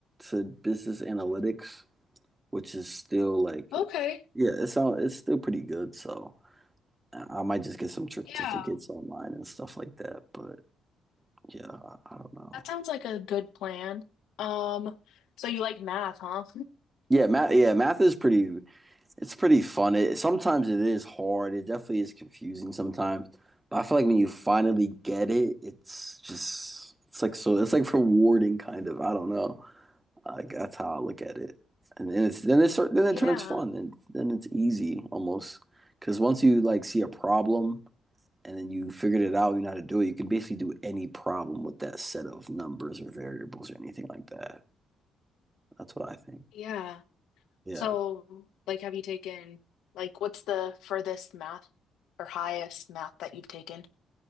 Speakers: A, on the right; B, on the left.
A: to business analytics, which is still like,
B: Okay.
A: yeah, it's sound, it's still pretty good. So I might just get some certificates
B: Yeah.
A: online and stuff like that. But yeah, I, I don't know.
B: That sounds like a good plan. Um, so you like math, huh?
A: Yeah, math. Yeah, math is pretty. It's pretty fun. It sometimes it is hard. It definitely is confusing sometimes. But I feel like when you finally get it, it's just it's like so it's like rewarding kind of. I don't know. Like that's how I look at it. And then it's then it start, then it
B: Yeah,
A: turns fun and then it's easy almost. Because once you like see a problem and then you figured it out, you know how to do it, you can basically do any problem with that set of numbers or variables or anything like that. That's what I think.
B: yeah.
A: Yeah.
B: So, like, have you taken, like, what's the furthest math or highest math that you've taken?